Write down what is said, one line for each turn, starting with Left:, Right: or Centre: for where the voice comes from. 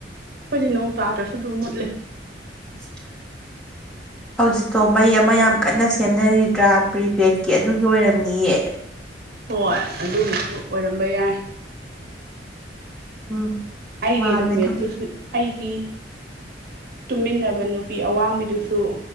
Right: ꯑꯩꯈꯣꯏꯗꯤ ꯅꯣꯡ ꯇꯥꯗ꯭ꯔꯁꯨ ꯑꯗꯨꯝ ꯃꯨꯠꯂꯤ
Centre: <inaudible> ꯍꯧꯖꯤꯛꯇꯣ ꯃꯩ ꯑꯃ ꯌꯥꯝ ꯀꯟꯅ ꯁꯦꯝꯅꯔꯤꯗ꯭ꯔꯥ ꯄ꯭ꯔꯤꯄꯦꯗꯀꯤ ꯑꯗꯨꯒꯤ ꯑꯣꯏꯔꯝꯅꯤꯌꯦ
Right: ꯍꯣꯏ ꯑꯗꯨꯒꯤꯁꯨ ꯑꯣꯏꯔꯝꯕ ꯌꯥꯏ
Centre: ꯎꯝ
Right: ꯑꯩꯒꯤ‌
Centre: ꯃꯥꯜꯂꯦ
Right: ꯔꯨꯝꯃꯦꯠꯇꯨꯁꯨ
Centre: ꯑꯗꯨꯒꯤ
Right: ꯑꯩꯒꯤ ꯇꯨꯃꯤꯟꯅꯕ ꯅꯨꯄꯤ ꯑꯋꯥꯡꯕꯤꯗꯨꯁꯨ